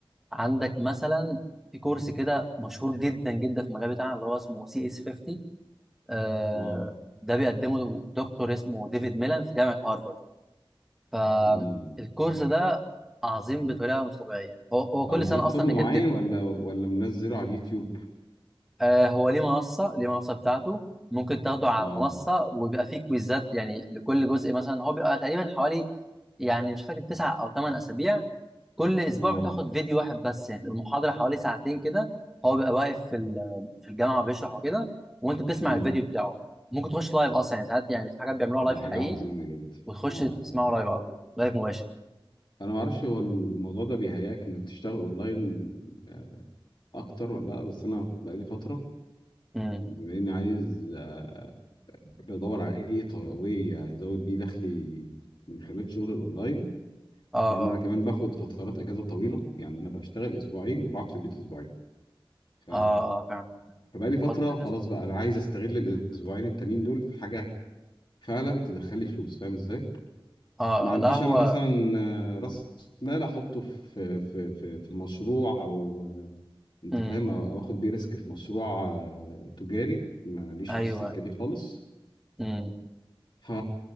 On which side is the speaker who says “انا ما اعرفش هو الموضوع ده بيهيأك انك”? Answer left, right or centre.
Left